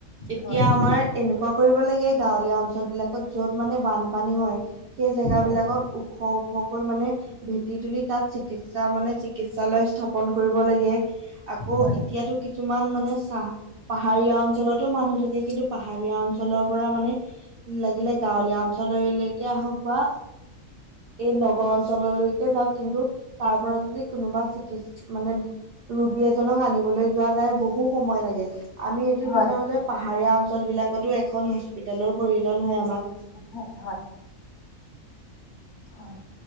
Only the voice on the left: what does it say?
হয়
হয়
হয়
হয়
হয় হয়।